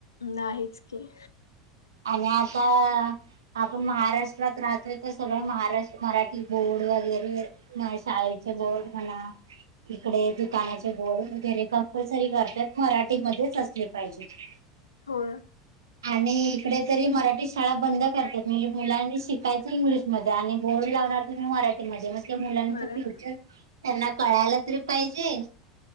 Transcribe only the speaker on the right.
आणि आता आपण महाराष्ट्रात राहतोय तर सगळं महाराष्ट्र मराठी बोर्ड वगैरे म शाळेचे बोर्ड म्हणा इकडे दुकानाचे बोर्ड वगैरे कंपल्सरी करतात मराठीमध्येच असले पाहिजे. <unintelligible>
आणि इकडे तरी मराठी शाळा बंद करतात म्हणजे मुलांनी शिकायच इंग्लिशमध्ये आणि बोर्ड लावणार तुम्ही मराठी- -मध्येे मग त्या मुलांच
फ्युचर त्यांना कळायला तरी पाहिजे.